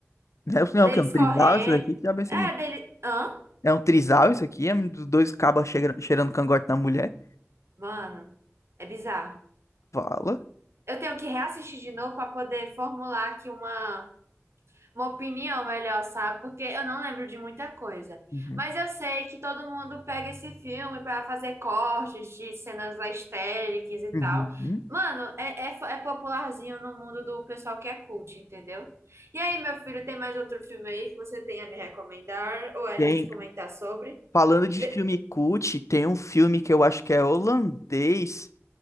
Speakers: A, on the left; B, on the right.
A: Não, é não,
B: Deles
A: é o que é um trisal
B: correndo.
A: isso daqui? Que diabo é isso
B: É,
A: aqui?
B: dele. Hã?
A: É um trisal isso aqui? É um dos dois cabas cheira- cheirando cangote na mulher?
B: Mano, é bizarro.
A: Fala.
B: Eu tenho que reassistir de novo pra poder formular aqui uma. uma opinião melhor, sabe? Porque eu não lembro de muita coisa.
A: Uhum.
B: Mas eu sei que todo mundo pega esse filme pra fazer cortes de cenas histéricas e
A: Uhum.
B: tal. Mano, é, é, é popularzinho no mundo do pessoal que é cult, entendeu? E aí, meu filho, tem mais outro filme aí que você tem a me recomendar ou a
A: Tem,
B: gente comentar sobre?
A: falando de
B: Vê-
A: filme cult, tem um filme que eu acho que é holandês.